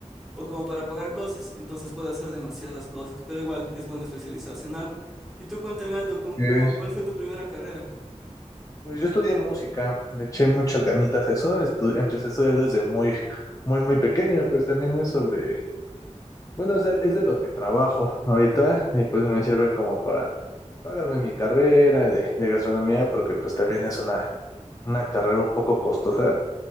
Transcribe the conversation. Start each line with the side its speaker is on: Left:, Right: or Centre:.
Centre: o como para pagar cosas. Entonces puede hacer demasiadas cosas, pero igual es bueno especializarse en algo. Y tú cuéntame, Aldo, ¿con,
Left: Eh,
Centre: como, cuál fue tu primera carrera?
Left: Pues yo estudié música, le eché muchas ganitas a eso, estu- empecé a estudiar desde muy, muy, muy pequeño, pues también es sobre, bueno, es de, es de lo que trabajo ahorita y pues me sirve como para pagarme mi carrera de, de gastronomía, porque pues también es una, una carrera un poco costosa,